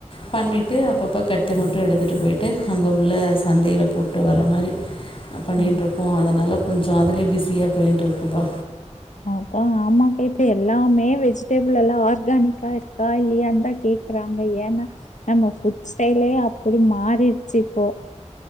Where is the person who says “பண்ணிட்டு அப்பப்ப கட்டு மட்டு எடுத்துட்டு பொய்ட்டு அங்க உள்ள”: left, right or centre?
Left